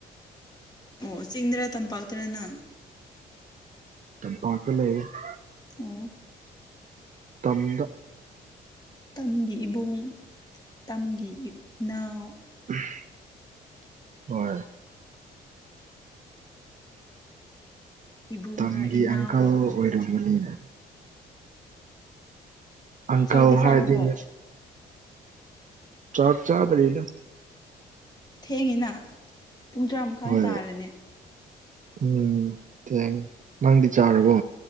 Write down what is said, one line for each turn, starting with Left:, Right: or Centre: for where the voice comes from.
Left: ꯑꯣ ꯆꯤꯡꯗꯔꯥ ꯇꯝꯄꯥꯛꯇꯔ ꯅꯪ
Right: <unintelligible>
Left: ꯑꯣ
Right: ꯇꯝꯗ
Left: ꯇꯝꯒꯤ ꯏꯕꯨꯡ ꯇꯝꯒꯤ ꯏꯅꯥꯎ
Right: <unintelligible> ꯍꯣꯏ
Left: ꯏꯕꯨꯡꯔꯥ
Right: ꯇꯝꯒꯤ
Left: ꯏꯅꯥꯎꯔꯥ
Right: ꯑꯪꯀꯜ ꯑꯣꯏꯔꯝꯒꯅꯤꯅꯦ
Left: ꯈꯪꯗꯦ
Right: ꯑꯪꯀꯜ
Left: ꯆꯥꯛꯇꯤ
Right: ꯍꯥꯏꯗꯤꯅꯦ
Left: ꯆꯥꯔꯕꯣ
Right: ꯆꯥꯛ ꯆꯥ ꯇꯔꯤꯗ
Left: ꯊꯦꯡꯉꯤꯅ ꯄꯨꯡ ꯇꯔꯥ ꯃꯈꯥꯏ
Right: ꯍꯣꯏ
Left: ꯇꯥꯔꯅꯦ
Right: ꯎꯝ ꯊꯦꯡ ꯅꯪꯗꯤ ꯆꯥꯔꯕꯣ